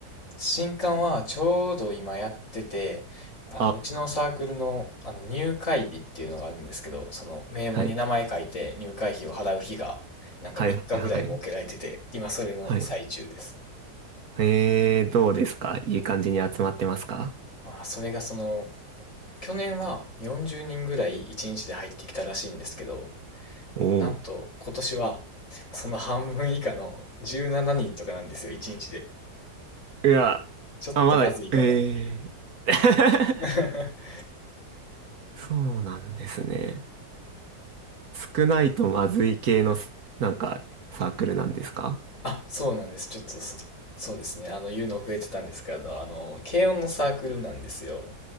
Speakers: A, on the left (about 50°); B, on the right (about 60°).
A: 新刊はちょうど今やってて、あの、
B: あ、
A: うちのサークルの、あの入会日っていうのがあるんですけど、その名簿に名前書いて入会費を払う日が、
B: はい。
A: なんか3日ぐらい設けられてて、
B: はいはいはい。
A: 今それの最中です。
B: はい。えー、どうですかいい感じに集まってますか
A: まあ、それがその、去年は40人ぐらい1日で入ってきたらしいんですけど、
B: おおー
A: なんと今年はその半分以下の17人とかなんですよ、1日で。
B: いや、
A: ちょっとまずいかなっていう。
B: あ、まだ、ええ <laughs>
A: <laughs>
B: そうなんですね。少ないとまずい系のす、なんか、サークルなんですか
A: あ、そうなんです。ちょっとそ、そうですね。あの、言うの遅れてたんですけど、あの、軽音のサークルなんですよ。